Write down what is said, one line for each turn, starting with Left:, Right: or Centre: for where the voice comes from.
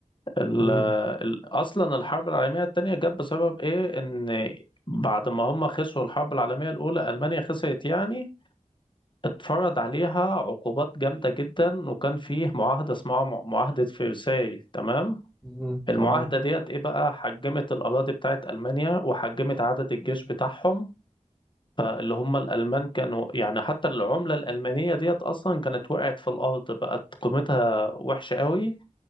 Left: ال-
Centre: مم.
Left: ال- أصلا الحرب العالمية التانية جت بسبب إيه إن بعد ما هم خسروا الحرب العالمية الأولى ألمانيا خسرت يعني اتفرض عليها عقوبات جامدة جدا وكان فيه معاهدة اسمها مع- معاهدة فرساي تمام
Centre: مم.
Left: المعاهدة
Centre: تمام
Left: ديت ايه بقى حجمت الأراضي بتاعت ألمانيا وحجمت عدد الجيش بتاعهم فاللي هم الألمان كانوا يعني حتى العملة الألمانية ديت أصلا كانت وقعت في الأرض بقت قيمتها وحشة قوي